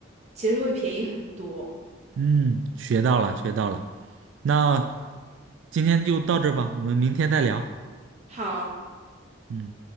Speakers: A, on the right; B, on the right.
A: 其实会便宜很多。
B: 嗯，学到了，学到了。那今天就到这儿吧，我们明天再聊。
A: 好，
B: 嗯。